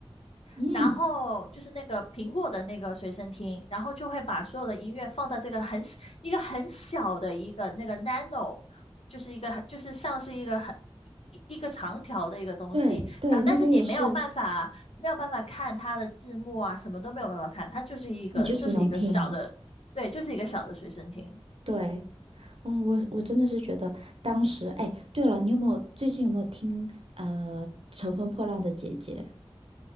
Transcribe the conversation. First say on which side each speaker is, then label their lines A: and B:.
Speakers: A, on the right; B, on the left.
A: 嗯，
B: 然后就是那个苹果的那个随身听，然后就会把所有的音乐放到这个很小一个很小的一个那个 nano，就是一个很就是像是一个很一一个长条的一个东西，
A: 对对，
B: 啊，但是你没有办法没有办法看它的字幕啊，
A: 那个也是，
B: 什么都没有办法看，它就是一个就是一个小的，
A: 你就只能听。
B: 对，就是一个小的随身听。
A: 对，哦，我我真的是觉得当时，哎，对了，你有没有最近有没有听呃《乘风破浪的姐姐》？